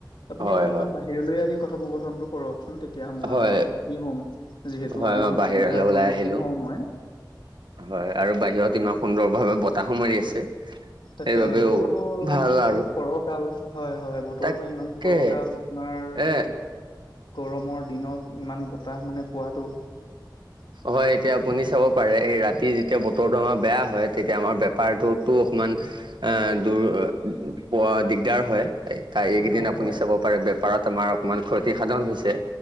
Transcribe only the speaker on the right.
হয়
হয়।
হয়
হয়
মই বাহিৰলৈ
ওলাই
আহিলো।
হয় আৰু বাহিৰত ইমান সুন্দৰ ভাৱে বতাহো মাৰি আছে
সেইবাবেও
ভাল আৰু
তাকে
এ
হয় এতিয়া আপুনি চাব পাৰে এই ৰাতি যেতিয়া বতৰটো আমাৰ বেয়া হয় তেতিয়া আমাৰ বেপাৰটোতো অকমান এ দূৰ প দিগদাৰ হয় এই কাই এইকেইদিন
আপুনি
চাব পাৰে বেপাৰত আমাৰ অকমান ক্ষতি সাধন হৈছে।